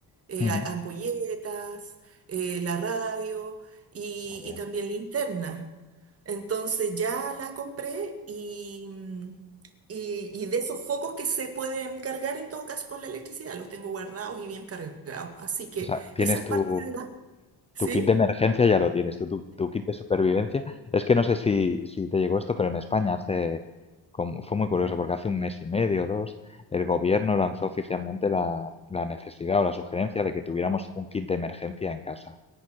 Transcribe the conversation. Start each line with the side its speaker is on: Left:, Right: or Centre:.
Right: eh,
Left: ujú.
Right: a- ampolletas, eh, la radio y,
Left: Muy bien.
Right: y también linterna. Entonces ya la compré y, mm, y, y de esos focos que se pueden cargar en todo caso con la electricidad, los tengo guardados y bien cargados. Así que...
Left: O sea, tienes
Right: Esa es parte
Left: tu,
Right: de la Sí,
Left: Tu kit de emergencia ya lo tienes, tu, tu, tu kit de supervivencia. Es que no sé si, si te llegó esto, pero en España hace, como- fue muy curioso porque hace un mes y medio, dos, el gobierno lanzó oficialmente la, la necesidad o la sugerencia de que tuviéramos un kit de emergencia en casa